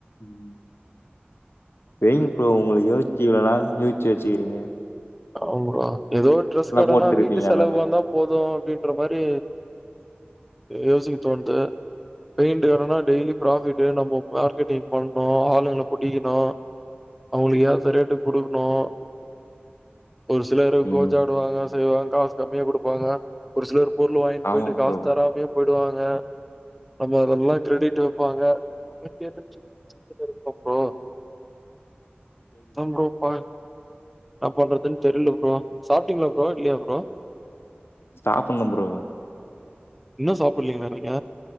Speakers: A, on the left; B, in the centre.
A: ம் வைங்க ப்ரோ உங்களுக்கு யோசிச்சி இவ்ளோ நாளிக்கு வச் சிக்கிறிங்க
B: ஆமா எதோ ஒரு ட்ரெஸ் கடனா
A: போட்டுருப்பீங்க
B: வீட்டு செலவுக்கு
A: எல்லாமே
B: வந்தா போதும் அப்டின்ற மாரி யோசிக்க தோண்து பெயிண்ட்டு கடன்னா டெய்லி ஃபிராபிட்டு நம்போ மார்க்கெட்டிங் பண்ணும் ஆளுங்கள புடிக்கணும் அவுங்களுக்கு ஏத்த ரேட்டுக்கு குடுக்கணும் ஒரு சிலரு
A: ம்
B: கோச்சி ஆடுவாங்க செய்வாங்க காசு கம்மியா குடுப்பாங்க ஒரு சிலர் பொருளு வாங்கிட்டு
A: ஆமா
B: போயிட்டு காசு
A: ப்ரோ
B: தராமே போயிவாங் ம நம்ம அதெல்லாம் கிரிடிட்டு வப்பாங்க அவங்க கேட்டு அப்றோ தா ப்ரோ பா இன்ன பண்றதுன்னு தெர்ல ப்ரோ சாப்ட்டீங்களா ப்ரோ இல்லையா ப்ரோ
A: சாப்பண்ணும் ப்ரோ
B: இன்னும் சாப்பிடலிங்களா நீங்க